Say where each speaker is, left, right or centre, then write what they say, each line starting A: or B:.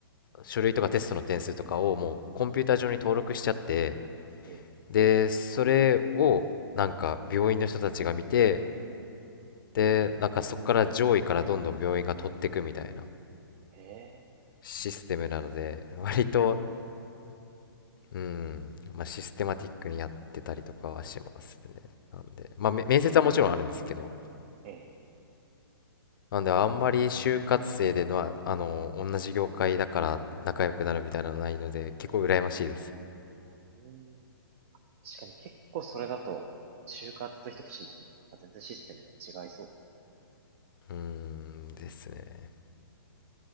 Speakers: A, on the left; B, on the right.
A: 書類とかテストの点数とかをもうコンピューター上に登録しちゃって、
B: ええ、
A: で、それを、なんか、病院の人たちが見て、で、なんかそこから上位からどんどん病院が取っていくみたいな。
B: へえ。
A: システムなので、<laughs> 割と、うん、まあ、システマティックにやってたりとかはしますね。なんで、まあ、め面接はもちろんあるんですけど、
B: ええ
A: なんで、あんまり就活生でのは、あの、同じ業界だから仲良くなるみたいなのはないので、結構羨ましいです。
B: うーん。確かに結構それだと、就活と一口に言っても、あ全然システムが違いそうですね。
A: うーん、ですね。